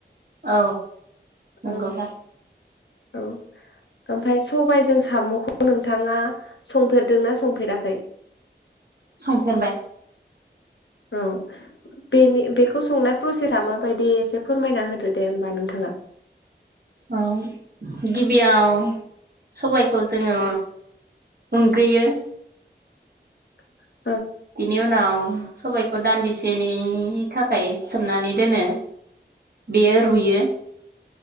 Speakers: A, on the right; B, on the left.
A: औ
B: औ
A: नंगौ दा
B: औ ओमफ्राय सबायाइजों साम'खौ नोंथाङा संफेरदोंना संफेराखै?
A: संफेरबाय।
B: औ बेनि बेखौ संनाय प्रसेसा माबायदि एसे फोरमायना होदो दे होमबा नोंथाङा
A: औ गिबियाव सबायखौ जोङो उनग्रोयो
B: <inaudible>
A: बिनि उनाव सबायखौ दान्दिसेनि थाखाय सोमनानै दोनो, बेयो रुयो